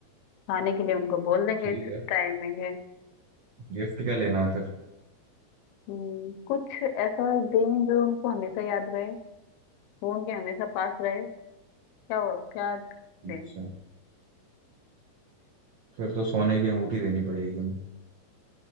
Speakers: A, on the left (about 85°); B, on the right (about 80°).
A: खाने के लिए उनको बोल देंगे
B: ठीक
A: इस
B: है
A: टाइमिंग है
B: गिफ्ट क्या लेना है फिर
A: हम्म, कुछ ऐसा दें जो उनको हमेशा याद रहे वो उनके हमेशा पास रहे क्या क्या
B: अच्छा
A: दें
B: फिर तो सोने की अंगूठी देनी पड़ेगी उन्हें